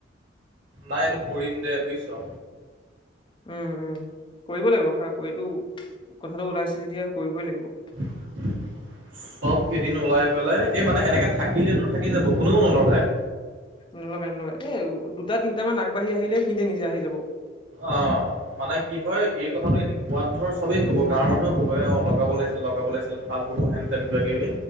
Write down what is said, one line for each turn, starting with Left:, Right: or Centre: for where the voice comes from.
Right: নাই, এইটো কৰিম দে বুজিছ?
Left: উম, উম, কৰিব লাগিব। <unintelligible> এইটো কথাটো ওলাইছে যেতিয়া কৰিবই লাগিব।
Right: <inaudible> সব এদিন ওলাই পেলাই এই মানে এনেকে থাকিলেতো থাকি যাব, কোনেও নলগায়।
Left: নলগাই, নলগাই। এ', দুটা-তিনিটা মান আগবাঢ়ি আহিলে সিহঁতে নিজে আহি যাব।
Right: অ', মানে কি হয়, এই কথাটো এনে কোৱাত ধৰ, সবেই ক'ব, গাঁৱৰ মানুহেও ক'ব, অ', লগাব লাগিছিল, লগাব লাগিছিল। ভাল কপোৰ হেন-তেন, কিবা-কিবি,